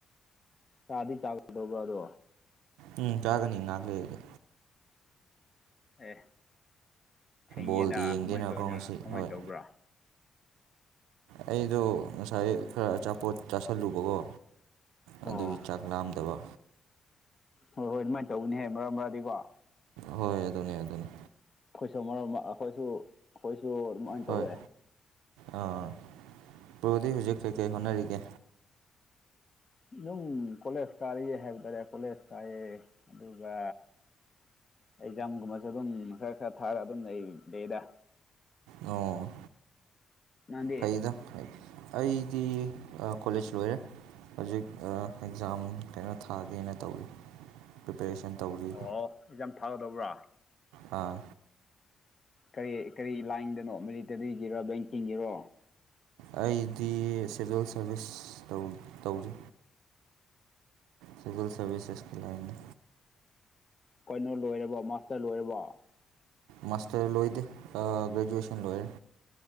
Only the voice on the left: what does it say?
ꯇꯥꯔꯗꯤ ꯆꯥꯒꯗꯧꯕ ꯑꯗꯣ
ꯑꯦ ꯊꯦꯡꯉꯦꯗ
ꯀꯃꯥꯏꯅ ꯇꯧꯅꯤ
ꯀꯃꯥꯏꯅ
ꯇꯧꯕ꯭ꯔꯣ
ꯑꯣ
ꯍꯣꯏ ꯍꯣꯏ ꯑꯗꯨꯃꯥꯏꯅ ꯇꯧꯒꯅꯤ ꯍꯥꯏ ꯃꯔꯛ ꯃꯔꯛꯗꯤꯀꯣ
ꯑꯩꯈꯣꯏꯁꯨ ꯑꯃꯔꯣꯝꯗ ꯑꯩꯈꯣꯏꯁꯨ ꯑꯩꯈꯣꯏꯁꯨ ꯑꯗꯨꯃꯥꯏꯅ
ꯇꯧꯋꯦ
ꯑꯗꯨꯝ ꯀꯣꯂꯦꯖ ꯀꯥꯔꯤꯌꯦ ꯍꯥꯏꯕ ꯇꯔꯦ ꯀꯣꯂꯦꯖ ꯀꯥꯏꯑꯦ ꯑꯗꯨꯒ ꯑꯦꯛꯖꯥꯝꯒꯨꯝꯕꯁꯨ ꯑꯗꯨꯝ ꯈꯔ ꯈꯔ ꯊꯥꯔ ꯑꯗꯨꯝ ꯂꯩ ꯂꯩꯌꯦꯗ
ꯅꯪꯗꯤ
ꯑꯣ ꯑꯦꯛꯖꯥꯝ ꯊꯥꯒꯗꯧꯕ꯭ꯔꯥ
ꯀꯔꯤ ꯀꯔꯤ ꯂꯥꯏꯟꯗꯅꯣ ꯃꯤꯂꯤꯇꯔꯤꯒꯤꯔꯣ ꯕꯦꯡꯀꯤꯡꯒꯤꯔꯣ
ꯀꯩꯅꯣ ꯂꯣꯏꯔꯕ ꯃꯥꯁꯇꯔ ꯂꯣꯏꯔꯕ